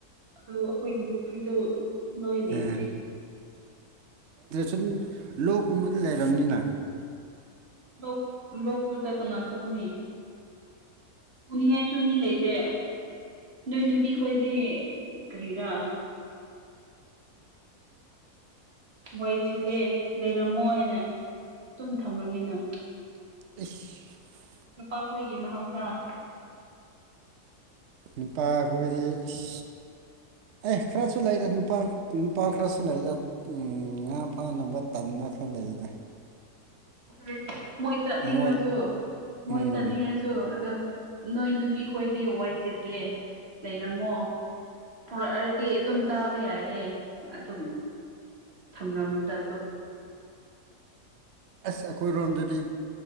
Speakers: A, on the right; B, on the right.
A: ꯑꯗꯣ ꯑꯩꯈꯣꯏꯒꯤ ꯄꯨꯈ꯭ꯔꯤꯗꯣ ꯂꯣꯏ ꯂꯩꯇ꯭ꯔꯦ
B: ꯎꯝ ꯁꯨꯝ ꯂꯣꯛꯀꯨꯝꯕꯗ ꯂꯩꯔꯕꯅꯤꯅ
A: ꯂ ꯂ ꯇꯨ ꯇ ꯀꯅꯥ ꯆꯅꯤ ꯈꯨꯅꯌꯥ ꯁꯨꯝꯃꯤ ꯂꯩꯇꯦ ꯅꯣꯏ ꯅꯨꯄꯤ ꯈꯣꯏꯗꯤ ꯀꯔꯤꯔ ꯋꯥꯏ ꯆꯤꯜꯂꯦ ꯂꯩꯔꯝꯃꯣ ꯍꯥꯏꯅ ꯇꯨꯝ ꯊꯝꯂꯝꯃꯤꯅ
B: ꯏꯁ
A: ꯅꯨꯄꯥ ꯍꯣꯒꯤ ꯃꯍꯥꯎꯁꯥ
B: ꯅꯤꯄꯥ ꯔꯤꯁ ꯑꯦ ꯈꯔꯁꯨ ꯂꯩꯔꯦ ꯅꯨꯄꯥ ꯅꯨꯄꯥ ꯈꯔꯁꯨ ꯂꯩꯔꯦ ꯉꯥ ꯐꯥꯅꯕ ꯃꯐ ꯂꯩꯔꯦ
A: ꯎꯝ ꯃꯣꯏ ꯆꯠꯅꯤꯡꯂꯁꯨ
B: ꯃꯣꯏ
A: ꯃꯣꯏ
B: ꯎꯝ
A: ꯆꯠꯅꯤꯡꯂꯁꯨ ꯑꯗꯣ ꯅꯣꯏ ꯅꯨꯄꯤ ꯈꯣꯏꯗꯤ ꯋꯥꯏ ꯆꯤꯜꯂꯦ ꯂꯩꯔꯝꯃꯣ ꯄꯨꯔꯛꯑꯗꯤ ꯑꯗꯨꯝ ꯆꯥꯕ ꯌꯥꯏꯌꯦ ꯑꯗꯨꯝ ꯊꯝꯔꯝꯕ ꯖꯥꯠꯇꯣ
B: ꯑꯁ ꯑꯩꯈꯣꯏꯔꯣꯝꯗꯗꯤ